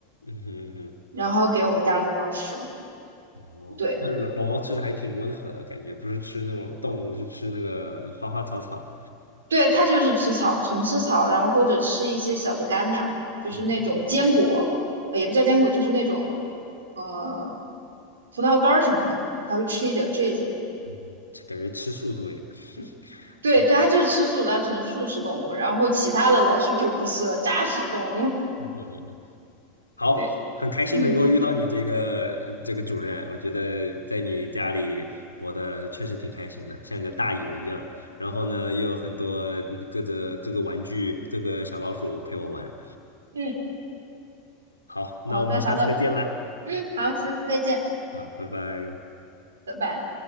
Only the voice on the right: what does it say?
然后给我们家龙猫吃。
对。
对，它就是吃草，纯吃草，然后或者吃一些小的干粮，就是那种坚果，
呃也不叫坚果，就是那种呃葡萄干儿什么的，它会吃一点儿这些。
对对，
它就是吃素的，它纯素食动物，然后其他的老鼠就不是了，杂食动物。
<laughs> 对，
嗯
嗯，
好的好的，
嗯好，下次再见，
拜拜。